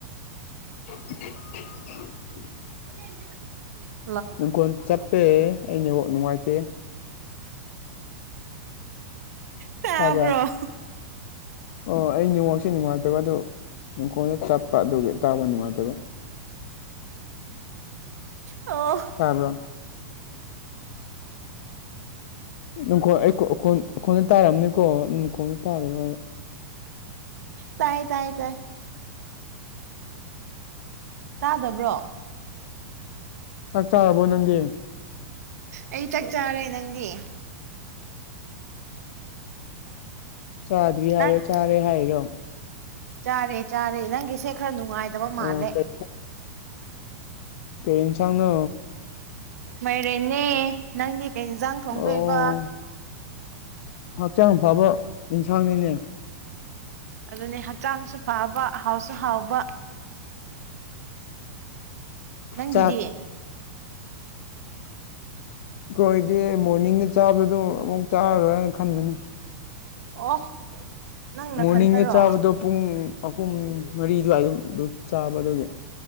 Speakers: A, on the left; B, on the right.
A: <inaudible>
B: <inaudible>
A: ꯅꯨꯡꯈꯣꯟ ꯆꯠꯄꯦ ꯑꯩꯩꯅ ꯅꯨꯡꯉꯥꯏꯇꯦ
B: ꯇꯥꯕꯔꯣ
A: ꯇꯥꯕ꯭ꯔꯥ ꯑꯣ ꯑꯩ ꯅꯦꯠꯌꯥꯛꯁꯦ ꯅꯨꯡꯉꯥꯏꯇꯕ ꯑꯗꯨ ꯅꯨꯡꯈꯣꯡꯗ ꯆꯠꯄ ꯑꯗꯨꯒꯤ ꯇꯥꯎꯕ ꯅꯨꯡꯉꯥꯏꯇꯕ
B: ꯑꯣ
A: ꯇꯥꯕ꯭ꯔꯣ ꯅꯨꯡꯈꯣꯡ ꯑꯩ ꯑꯩꯈꯣꯏꯗ ꯇꯥꯔꯝꯅꯤꯀꯣ ꯅꯈꯣꯡꯗ ꯇꯥꯔꯣꯏ
B: ꯇꯥꯏ ꯇꯥꯏ ꯇꯥꯏ ꯇꯥꯗꯕ꯭ꯔꯣ
A: ꯆꯥꯛꯆꯔꯕꯣ ꯅꯪꯗꯤ
B: ꯑꯩ ꯆꯥꯛ ꯆꯥꯔꯦ ꯅꯪꯗꯤ
A: ꯆꯥꯗ꯭ꯔꯤ ꯍꯥꯏꯔꯣ
B: ꯅꯪ
A: ꯆꯥꯔꯦ ꯍꯥꯏꯔꯣ
B: ꯆꯥꯔꯦ ꯆꯥꯔꯦ ꯅꯪꯒꯤꯁꯦ ꯈꯔ ꯅꯨꯡꯉꯥꯏ ꯑꯗ
A: ꯑꯣ
B: ꯃꯥꯂꯦ꯫
A: ꯀꯩ ꯀꯩ ꯌꯦꯟꯁꯥꯡꯅꯣ
B: ꯃꯥꯏꯔꯦꯟꯅꯦ ꯅꯪꯗꯤ ꯀꯩ ꯏꯟꯁꯥꯡ ꯊꯣꯡꯗꯣꯏꯕ
A: ꯑꯣ ꯍꯛꯆꯥꯡ ꯐꯕ ꯌꯦꯟꯁꯥꯡꯅꯤꯅꯦ꯫
B: ꯑꯗꯨꯅꯤ ꯍꯛꯆꯥꯡꯁꯨ ꯐꯕ ꯑꯍꯥꯎꯁꯨ ꯍꯥꯎꯕ ꯅꯪꯒꯤꯗꯤ꯫
A: ꯆꯥꯛ ꯀꯣꯏꯗꯤ ꯃꯣꯔꯅꯤꯡꯗ ꯆꯥꯕꯗꯨ ꯑꯃꯨꯛ ꯆꯥꯔꯔꯣꯏꯅ ꯈꯟꯕꯅꯤ꯫
B: ꯑꯣ ꯅꯪꯅꯊꯟꯊꯔꯣ
A: ꯃꯣꯔꯅꯤꯡꯗ ꯆꯥꯕꯗꯣ ꯄꯨꯡ ꯑꯍꯨꯝ ꯃꯔꯤ ꯑꯗꯨꯋꯥꯏ ꯑꯗꯨꯝ ꯑꯗꯨ ꯆꯥꯕ ꯑꯗꯨꯒꯤ